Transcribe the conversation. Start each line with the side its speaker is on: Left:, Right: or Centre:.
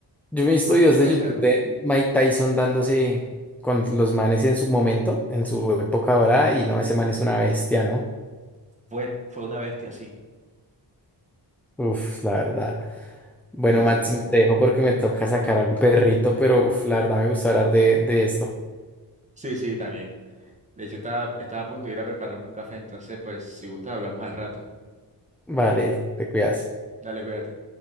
Centre: Yo me he visto
Right: no hay
Centre: videos
Right: mucho
Centre: de
Right: que
Centre: YouTube
Right: hacer.
Centre: de Mike Tyson dándose con los manes en su momento, en su época ahora, y no, ese man es una bestia, ¿no?
Right: Fue, fue una bestia, sí.
Centre: Uf, la verdad. Bueno,
Right: Sí,
Centre: Máximo,
Right: sí, sí.
Centre: te dejo porque me toca sacar al perrito, pero uf, la verdad me gusta hablar de, de esto.
Right: Sí, sí, también. De hecho, estaba, estaba a punto de ir a prepararme un café, entonces pues si gusta hablamos al rato.
Centre: Vale, te cuidas.
Right: Dale, cuídate.